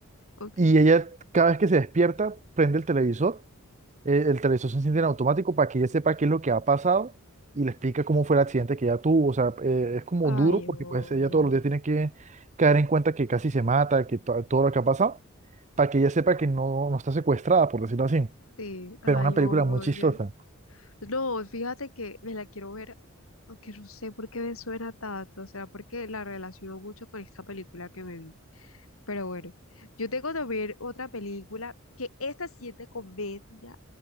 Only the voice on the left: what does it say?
Ok.
Ay,
oye.
Sí, ay,
oye.
No, fíjate que me la quiero ver, aunque no sé por qué me suena tanto, será porque la relaciono mucho con esta película que me vi. Pero bueno, yo tengo que ver otra película que esta sí es de comedia,